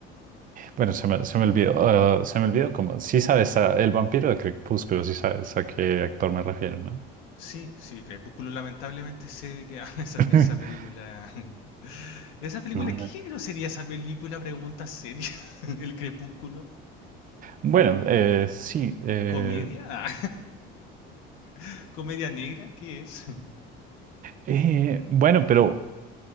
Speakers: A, on the right; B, on the left.
A: Bueno, se me, se me olvidó. eh, se me olvidó como... Sí sabes, a- el vampiro de Crepúsculo, sí sabes a qué actor me refiero, ¿no?
B: Sí, sí, Crepúsculo lamentablemente sé de qué <laughs> habla esa,
A: <laughs>
B: esa película. <laughs> ¿Esa película?
A: No, la-
B: ¿Qué género sería esa película? Pregunta seria. <laughs> ¿El Crepúsculo?
A: Bueno, eh, sí. eh,
B: ¿Comedia? Ah, <laughs> ¿Comedia negra? ¿Qué es?
A: eh, bueno, pero...